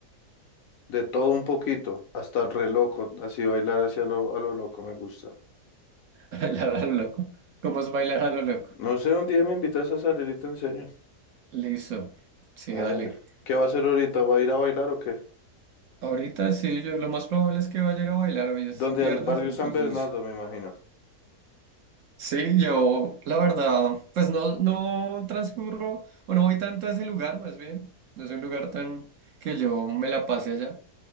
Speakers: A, on the left; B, on the right.
A: De todo un poquito, hasta el re loco, así bailar hacia lo, a lo loco me gusta.
B: <laughs> bailar a lo loco. ¿Cómo es bailar a lo loco?
A: No sé, un día me invitas a salir y te enseño.
B: Listo, sí,
A: Hágale.
B: dale.
A: ¿Qué va a hacer ahorita? ¿Va a ir a bailar o qué?
B: Ahorita sí, yo lo más probable es que vaya a ir a bailar, hoy es
A: Donde
B: viernes,
A: al barrio
B: entonces
A: San Bernardo, me imagino.
B: sí, yo la verdad, pues no, no transcurro o no voy tanto a ese lugar, más bien, no es un lugar tan que yo me la pase allá,